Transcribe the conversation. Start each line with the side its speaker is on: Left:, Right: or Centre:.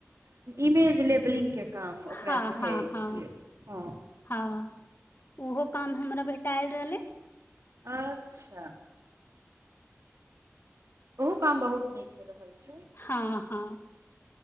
Right: इमेज लेबलिंग के काम ओकरा
Left: हँ
Right: कहै
Left: हँ हँ
Right: छियै हँ
Left: हँ ओहो काम हमरा भेटा आयल रहलै
Right: अच्छा ओहु काम बहुत नीक कर रहल छै
Left: हँ हँ